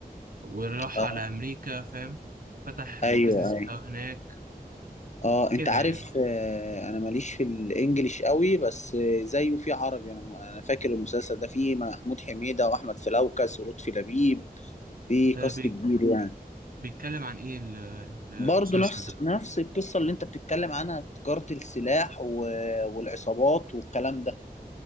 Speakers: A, on the right (about 65°); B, on the left (about 45°).
A: وراح
B: اه
A: على امريكا فاهم فتح البيزنس
B: ايوه ايوه
A: بتاعه هناك
B: اه انت
A: كده
B: عارف
A: يعني
B: آه، انا ماليش في الانجليش قوي بس آه، زيه في عربي انا انا فاكر المسلسل ده فيه محمود حميدة واحمد فلوكس ولطفي لبيب في
A: ده
B: كاست
A: بي...
B: كبير يعني
A: بيتكلم عن ايه ال- المسلسل
B: برضه نفس
A: ده
B: نفس القصة اللي انت بتتكلم عنها تجارة السلاح و... والعصابات والكلام ده